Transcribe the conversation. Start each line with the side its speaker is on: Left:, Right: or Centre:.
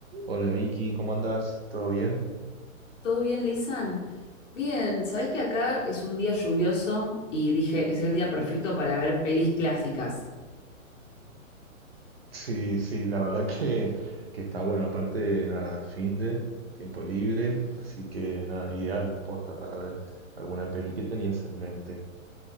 Right: Hola Vicky, ¿cómo andás? ¿Todo bien?
Left: ¿Todo bien, Lisan? Bien, sabés que acá es un día lluvioso y dije, es el día perfecto para ver pelis clásicas.
Right: Sí, sí, la verdad que, que está bueno. Aparte, nada, fin de tiempo libre, así que nada, ideal posta para ver alguna peli. ¿Qué tenías en mente?